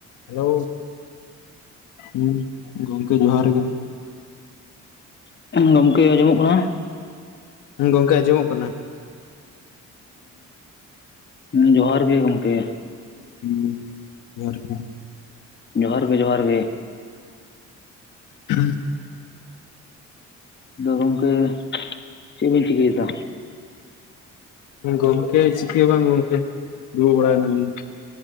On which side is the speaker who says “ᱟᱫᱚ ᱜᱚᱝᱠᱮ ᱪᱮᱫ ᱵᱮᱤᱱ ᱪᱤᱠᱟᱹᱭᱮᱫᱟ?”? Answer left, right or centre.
Left